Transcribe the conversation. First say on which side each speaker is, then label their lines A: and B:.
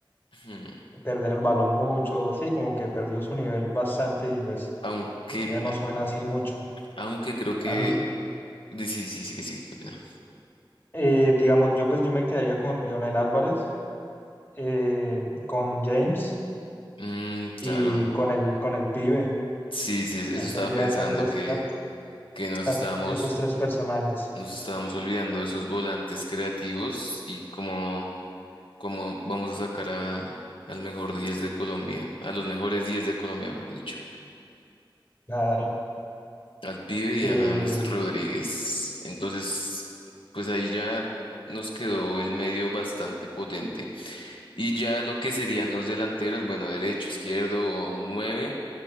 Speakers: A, on the left; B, on the left.
A: Ujú.
B: perder el balón mucho, sí, como que perdió su nivel bastante y pues
A: Aunque,
B: ya no suena así mucho.
A: aunque creo que
B: A mí,
A: Sí, sí, sí, sí, que sí, qué pena.
B: eh, digamos, yo pues yo me quedaría con Leonel Álvarez, eh, con James
A: Mm,
B: y
A: claro.
B: con el, con el pibe.
A: Sí, sí, eso
B: Ahí
A: estaba
B: tendría
A: pensando
B: esas tres,
A: que,
B: esas-
A: que nos
B: esas-
A: estábamos,
B: esos tres personajes,
A: nos estábamos olvidando de esos volantes creativos y cómo, cómo vamos a sacar a, al mejor 10 de Colombia, a los mejores 10 de Colombia, mejor dicho,
B: claro.
A: al pibe
B: Eh,
A: y a James Rodríguez. Entonces, pues ahí ya nos quedó el medio bastante potente. Y ya lo que serían los delanteros, bueno, derecho, izquierdo o un nueve